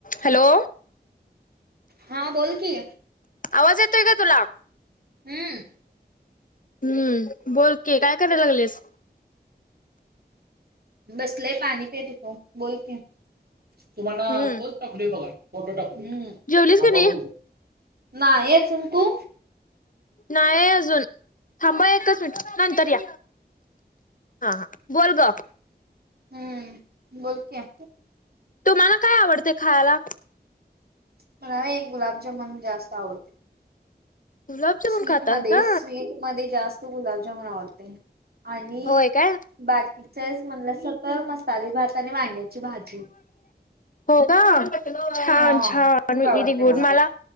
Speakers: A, on the left; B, on the right.
A: Hello.
B: हा बोल की.
A: आवाज येतोय काय तुला.
B: हम्म.
A: हम्म बोलकी काय कराय लागल्यास.
B: बसलोय पाणी पित होतो, बोल की. तुम्हाना
A: हम्म
B: पोस्ट टाकलोय बघा फोटो टाक हम्म हा
A: जेवलीस की नाही?
B: बघून घे. नाही अजुन. तु?
A: नाही अजून थांबा एकच मिनट नंतर या. हा हा बोलग.
B: हम्म बोल की.
A: तुम्हाला काय आवडतय खायला?
B: मला व्हय गुलाबजामुन जास्त आवडतय.
A: गुलाबजामुन
B: स्वीटमध्ये
A: खातात का?
B: स्वीटमध्ये जास्त गुलाबजामन आवडते. आणि
A: होय काय?
B: बाकीचेस म्हणलं सकल मसाले भात आणि वांग्याची भाजी.
A: हो का? छान
B: हा
A: छान
B: खूप
A: व्हेरी
B: आवडते
A: गुड. मला